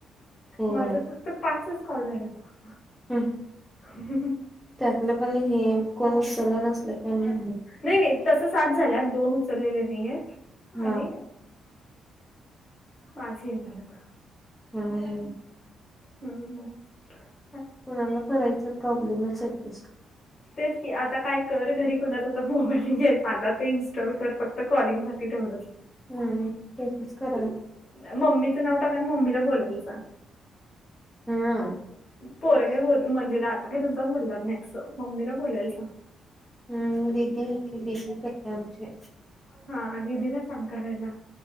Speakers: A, in the centre; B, on the left (about 40°).
A: होय
B: माझ फक्त पाचचं कॉल झाल्यात.
A: हम्म!
B: अ ह ह
A: त्यातलं पण, हे कोण उचल नसलं की आणि
B: नाही नाही तस सात झाल्यात, दोन उचललेले नाही आहेत
A: हा
B: आणि पाच हे झालेत.
A: ह ह
B: ह ह
A: कोणाला करायचा प्रॉब्लेमच येतोय
B: तेच की, आता काय कर? घरी कोणाचा तर मोबाईल घे आता ते इन्स्टॉल कर फक्त. त कॉलिंग साठी तेवढंच.
A: नाही नाही तेचच करालोय.
B: मम्मीचं नाव टाक, आणि मम्मीला बोलायला सांग.
A: हम्म
B: पोर काय बोलू म्हणजे द मी तुमचं बोलणार नाही, असं मम्मीला बोलायला सांग.
A: ह ह दिदी हाय की दिदी करत्या आमची.
B: हा दिदीला सांग करायला?